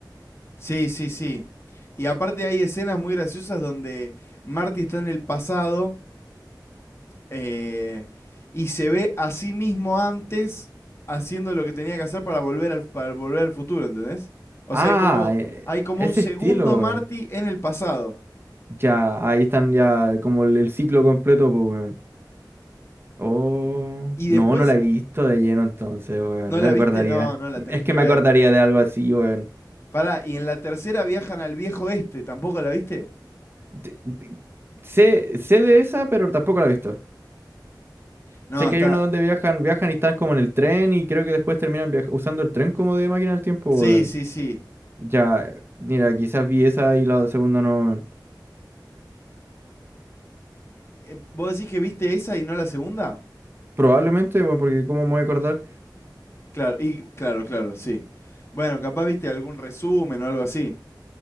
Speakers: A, on the left; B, on the right.
A: Sí, sí, sí. Y aparte hay escenas muy graciosas donde Marty está en el pasado Eh, y se ve a sí mismo antes haciendo lo que tenía que hacer para volver al, para volver al futuro, ¿entendés? O
B: Ah,
A: sea, hay como,
B: eh,
A: hay como
B: ese
A: un segundo
B: estilo,
A: Marty
B: weón.
A: en el pasado.
B: Ya, ahí están ya como el, el ciclo completo, pues, weón. Oh,
A: Y
B: no,
A: después,
B: no la he visto de lleno entonces, weón.
A: ¿no
B: Me
A: la
B: recordaría.
A: viste? No, no la tenés
B: Es que
A: que
B: me
A: ver.
B: acordaría de algo así, weón.
A: Pará, y en la tercera viajan al viejo este, ¿tampoco la viste?
B: te- pi- Sé, sé de esa, pero tampoco la he visto.
A: No,
B: Sé
A: está.
B: que hay una donde viajan, viajan y están como en el tren y creo que después terminan viaj- usando el tren como de máquina del tiempo,
A: Sí,
B: weón.
A: sí, sí.
B: Ya, mira, quizás vi esa y la segunda no. weón.
A: Eh, ¿Vos decís que viste esa y no la segunda?
B: Probablemente, bueno, porque cómo me voy a acordar.
A: Claro, y claro, claro, sí. Bueno, capaz viste algún resumen o algo así.